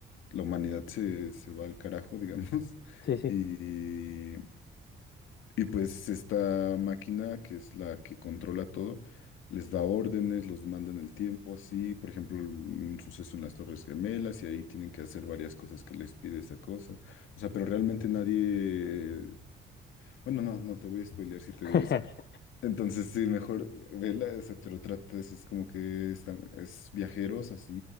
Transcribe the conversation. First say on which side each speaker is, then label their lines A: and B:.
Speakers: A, on the left (about 85°); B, on the left (about 60°).
A: la humanidad se, se va al carajo, digamos, <laughs>
B: sí, sí.
A: y, y pues esta máquina que es la que controla todo, les da órdenes, los manda en el tiempo, así, por ejemplo, un suceso en las Torres Gemelas y ahí tienen que hacer varias cosas que les pide esa cosa. O sea, pero realmente nadie... Bueno, no, no te voy a spoilear si te
B: <laughs>
A: digo entonces, sí, mejor vela, o sea, pero trata de, es como que están, es viajeros así,